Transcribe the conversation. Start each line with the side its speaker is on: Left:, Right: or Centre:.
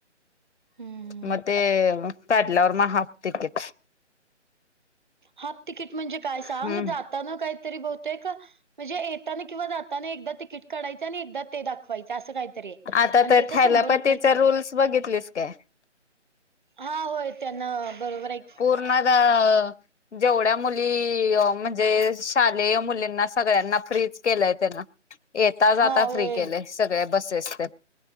Right: हम्म
Left: मग ते काढल्यावर मग हाफ तिकीट.
Right: हाफ तिकीट म्हणजे काय सांग
Left: हम्म
Right: जाताना काहीतरी बहुतेक म्हणजे येताना किंवा जाताना एकदा तिकीट काढायचं आणि एकदा ते दाखवायच असं काहीतरी आहे
Left: आता
Right: आणि
Left: तर
Right: त्याच
Left: थॅलापतीचा
Right: शंभर रुपयाच
Left: रूल्स बघितलीस काय?
Right: हा होय त्यांन बरोबर एक
Left: नगव जेवढ्या मुली म्हणजे शालेय मुलींना सगळ्यांना फ्रीच केलंय त्यांना. येता जाता
Right: हा होय
Left: फ्री केले सगळे बसेस ते